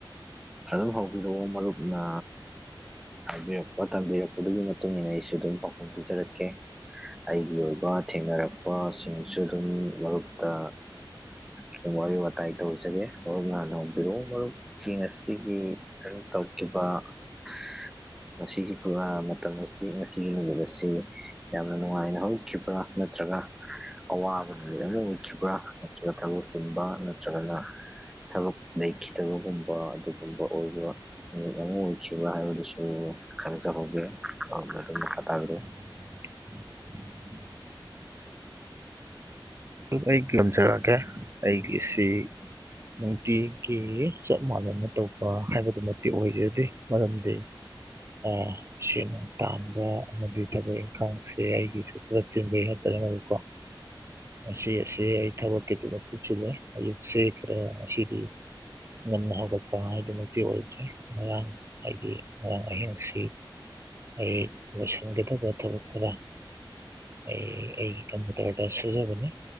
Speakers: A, in the centre; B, on the right.
A: ꯑꯗꯨꯝ ꯍꯧꯕꯤꯔꯛꯑꯣ ꯃꯔꯨꯞꯅ ꯍꯥꯏꯕꯤꯔꯛꯄ ꯊꯝꯕꯤꯔꯛꯄꯗꯨꯒꯤ ꯃꯇꯨꯡ ꯏꯟꯅ ꯑꯩꯁꯨ ꯑꯗꯨꯝ ꯄꯥꯎꯈꯨꯝ ꯄꯤꯖꯔꯛꯀꯦ ꯑꯩꯒꯤ ꯑꯣꯏꯕ ꯊꯦꯡꯅꯔꯛꯄꯁꯤꯡꯁꯨ ꯑꯗꯨꯝ ꯃꯔꯨꯞꯇ ꯁꯨꯝ ꯋꯥꯔꯤ ꯋꯥ ꯇ꯭ꯔꯥꯏ ꯇꯧꯖꯒꯦ ꯃꯔꯨꯞꯅ ꯍꯥꯟꯅꯍꯧꯕꯤꯔꯛꯑꯣ ꯃꯔꯨꯞꯀꯤ ꯉꯁꯤꯒꯤ ꯀꯔꯤ ꯇꯧꯈꯤꯕ <inaudible> ꯉꯁꯤꯒꯤ ꯃꯇꯝ ꯑꯁꯤ ꯉꯁꯤꯒꯤ ꯅꯨꯃꯤꯠ ꯑꯁꯤ ꯌꯥꯝꯅ ꯅꯨꯡꯉꯥꯏꯅ ꯍꯧꯈꯤꯕ꯭ꯔꯥ ꯅꯠꯇ꯭ꯔ ꯅꯠꯇ꯭ꯔꯒ ꯑꯋꯥꯕ ꯅꯨꯃꯤꯠ ꯑꯃ ꯑꯣꯏꯈꯤꯕ꯭ꯔꯥ ꯅꯠꯇ꯭ꯔꯒ ꯊꯕꯛ ꯆꯤꯟꯕ ꯅꯠꯇ꯭ꯔꯒꯅ ꯊꯕꯛ ꯂꯩꯈꯤꯗꯕꯒꯨꯝꯕ ꯑꯗꯨꯒꯨꯝꯕ ꯑꯣꯏꯕ ꯅꯨꯃꯤꯠ ꯑꯃ ꯑꯣꯏꯈꯤꯕ꯭ꯔꯥ ꯍꯥꯏꯕꯗꯨꯁꯨ ꯈꯟꯅꯖꯍꯧꯒꯦ ꯑꯗꯨꯒ ꯑꯗꯨꯝ ꯃꯈꯇꯥꯕꯤ꯭ꯔꯣ
B: <inaudible> ꯑꯩ ꯇꯝꯖꯔꯛꯀꯦ ꯑꯩꯒꯤꯁꯤ ꯅꯨꯡꯇꯤꯒꯤ ꯆꯞ ꯃꯥꯟꯅꯅ ꯇꯧꯕ ꯍꯥꯏꯕꯗꯨꯃꯛꯇꯤ ꯑꯣꯏꯖꯗꯦ ꯃꯔꯝꯗꯤ ꯑꯥ <unintelligible> ꯇꯥꯟꯕ ꯑꯃꯗꯤ ꯊꯕꯛ ꯏꯪꯈꯥꯡꯁꯦ ꯑꯩꯒꯤꯁꯨ ꯈꯥꯔ ꯆꯦꯟꯖꯩ ꯍꯥꯏꯇꯥꯔꯦ ꯃꯗꯨꯀꯣ ꯉꯁꯤ ꯑꯁꯦ ꯑꯩ ꯊꯕꯛ ꯈꯤꯇꯪ ꯆꯤꯜꯂꯦ ꯑꯌꯨꯛꯁꯦ ꯈꯥꯔ ꯉꯁꯤꯗꯤ ꯉꯟꯅ ꯍꯧꯒꯠꯄ ꯍꯥꯏꯗꯨꯃꯛꯇꯤ ꯑꯣꯏꯗ꯭ꯔꯦ ꯉꯔꯥꯡ ꯍꯥꯏꯗꯤ ꯉꯔꯥꯡ ꯑꯍꯤꯡꯁꯤ ꯑꯩ ꯂꯣꯏꯁꯤꯟꯒꯗꯕ ꯊꯕꯛ ꯈꯥꯔ ꯑꯩ ꯑꯩꯒꯤ ꯀꯝꯄꯨꯇ꯭ꯔꯗ ꯁꯨꯖꯕꯅꯤ